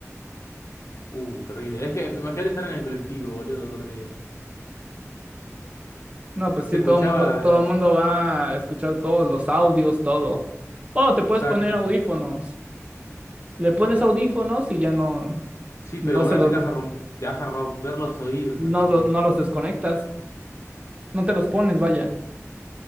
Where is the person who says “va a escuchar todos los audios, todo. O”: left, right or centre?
Right